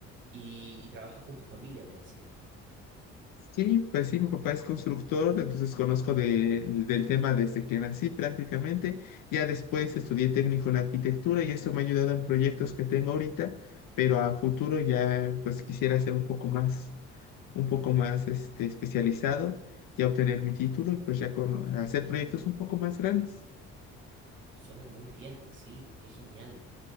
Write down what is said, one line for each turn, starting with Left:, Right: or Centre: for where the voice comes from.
Right: Y, y trabajas con tu familia, me decía.
Left: Sí, pues sí, mi papá es constructor, entonces conozco de- del tema desde que nací prácticamente. Ya después estudié técnico en arquitectura y eso me ha ayudado en proyectos que tengo ahorita, pero a futuro ya pues quisiera ser un poco más, un poco más este, especializado, ya obtener mi título y pues ya con, hacer proyectos un poco más grandes.
Right: Suena muy bien, sí, qué genial.